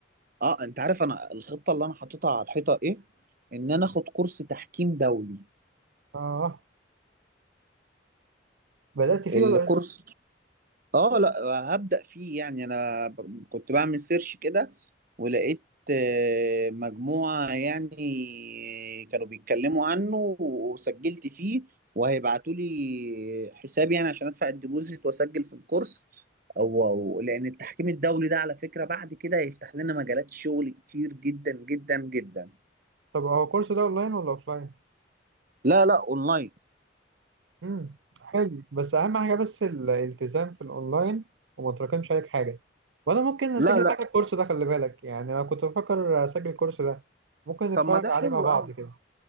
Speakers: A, on the right; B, on the right.
A: اه انت عارف انا الخطة اللي انا حاططها على الحيطة ايه ان انا اخد كورس تحكيم دولي
B: اه بدأت فيه
A: الكورس
B: ولا لسه؟
A: اه لا هبدأ فيه يعني انا ب- كنت بعمل سيرش كده ولقيت آه، مجموعة يعني كانوا بيتكلموا عنه وسجلت فيه وهيبعتوا لي حساب يعني عشان ادفع الديبوزيت واسجل في الكورس او أو- لان التحكيم الدولي ده على فكرة بعد كده هيفتح لنا مجالات شغل كتير جدا جدا جدا
B: طب هو الكورس ده اونلاين ولا اوفلاين؟
A: لا لا اونلاين
B: امم حلو بس اهم حاجة بس الالتزام في الاونلاين وما تراكمش عليك حاجة وانا ممكن اسجل
A: لا لا
B: معاك الكورس ده خلي بالك يعني انا كنت بفكر اسجل الكورس ده ممكن نتفرج
A: طب ما ده
B: عليه
A: حلو
B: مع بعض
A: قوي
B: كده